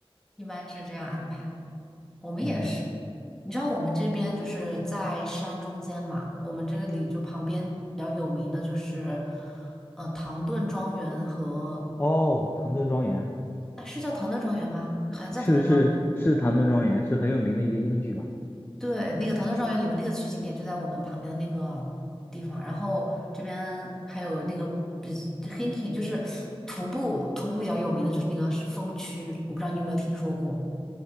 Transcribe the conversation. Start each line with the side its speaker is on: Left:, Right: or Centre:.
Centre: 一般是这样安排。我们也是，
Left: 嗯，
Centre: 你知道我们这边就是在山中间嘛，我们这里就旁边比较有名的就是，呃，唐顿庄园和，
Left: 哦，唐顿庄园
Centre: 啊是叫唐顿庄园吗？好像叫唐顿庄。
Left: 是是是唐顿庄园，
Centre: 园。
Left: 是很有名的一个英剧嘛。
Centre: 对，那个《唐顿庄园》里面那个取景点就在我们旁边的那个地方，然后这边还有那个比 hiking，就是徒步，徒步比较有名的就是那个是峰区，我不知道你有没有听说过